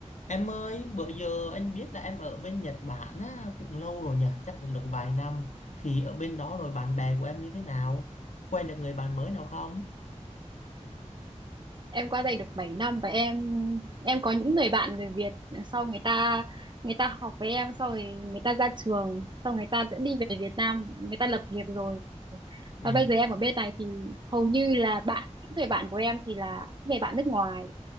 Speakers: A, on the left (about 75°); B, on the right (about 40°).
A: Em ơi, bữa giờ anh biết là em ở bên Nhật Bản á, cũng lâu rồi nhỉ, chắc cũng được vài năm. Thì ở bên đó rồi bạn bè của em như thế nào? Quen được người bạn mới nào không?
B: em qua đây được bảy năm và em em có những người bạn người Việt sau người ta người ta học với em sau rồi người ta ra trường sau người ta cũng đi về Việt Nam người ta lập nghiệp rồi
A: Ừ.
B: và bây giờ em ở bên này thì hầu như là bạn những người bạn của em thì là những người bạn nước ngoài